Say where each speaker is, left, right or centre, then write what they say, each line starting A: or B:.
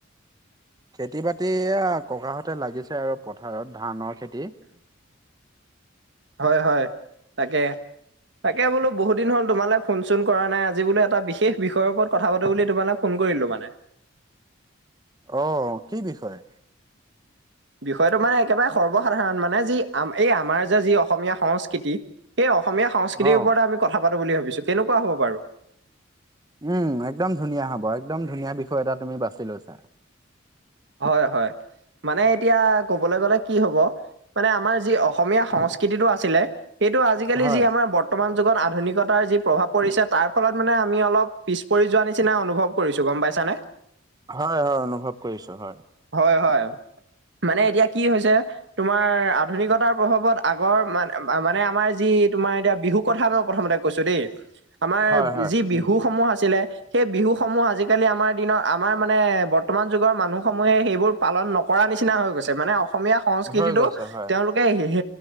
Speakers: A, on the right; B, on the right.
A: খেতি বাতি এয়া ককাহঁতে লাগিছে আৰু পথাৰত ধানৰ খেতি।
B: হয় হয় তাকে, তাকে বোলো বহুদিন হ'ল তোমালে ফোন চোন কৰা নাই আজি বোলে এটা বিশেষ বিষয়ৰ ওপৰত কথা পাতো বুলি তোমালে, ফোন কৰিলো মানে।
A: অ কি বিষয়,
B: বিষয়টো মানে একেবাৰে সৰ্বসাধাৰণ মানে যি আম এই আমাৰ যে যি অসমীয়া সংস্কৃতি, সেই অসমীয়া সংস্কৃতিৰ
A: অ'
B: ওপৰত আমি কথা পাতো বুলি ভাবিছো কেনেকুৱা হ'ব বাৰু।
A: উম একদম ধুনীয়া হ'ব একদম ধুনীয়া বিষয় এটা তুমি বাছি লৈছা।
B: হয় হয় মানে এতিয়া কবলৈ গ'লে কি হ'ব, মানে আমাৰ যি অসমীয়া সংস্কৃতিটো আছিলে। সেইটো আজিকালি
A: হয়
B: যি আমাৰ বৰ্তমান যুগত আধুনিকতাৰ যি প্ৰভাৱ, পৰিছে তাৰ ফলত মানে আমি অলপ পিছ পৰি যোৱা নিচিনা অনুভৱ কৰিছো গম পাইছানে।
A: হয় হয় অনুভৱ কৰিছো হয়।
B: হয় হয় মানে এতিয়া কি হৈছে, তোমাৰ আধুনিকতাৰ প্ৰভাৱত আগৰ মান মানে আমাৰ যি তোমাৰ এতিয়া বিহু, কথা মই প্ৰথমতে কৈছো দেই আমাৰ
A: হয় হয়
B: যি বিহু
A: উম
B: সমূহ আছিলে। সেই বিহুসমূহ আজিকালি আমাৰ দিনৰ আমাৰ মানে বৰ্তমান, মানুহে সেইবোৰ পালন নকৰা নিচিনা হৈ গৈছে মানে অসমীয়া সংস্কৃতিটো
A: হৈ গৈছে হয়।
B: তেওঁলোক, এ হ